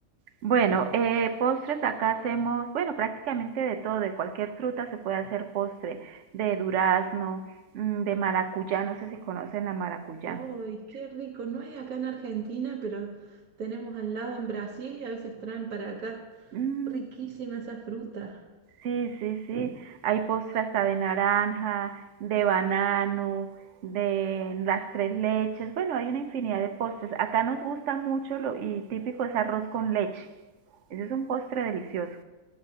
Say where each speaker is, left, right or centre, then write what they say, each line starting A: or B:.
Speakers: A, on the right (about 60°); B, on the right (about 75°).
A: Bueno, eh, postres acá hacemos, bueno, prácticamente de todo, de cualquier fruta se puede hacer postre, de durazno, mm, de maracuyá, no sé si conocen la maracuyá.
B: ¡Ay, qué rico! No hay acá en Argentina, pero tenemos al lado en Brasil y a veces traen para acá.
A: Mm,
B: Riquísima esa fruta.
A: sí, sí, sí, hay postre hasta de naranja, de banano, de las tres leches, bueno, hay una infinidad de postres. Acá nos gusta mucho lo, y típico es arroz con leche. Ese es un postre delicioso.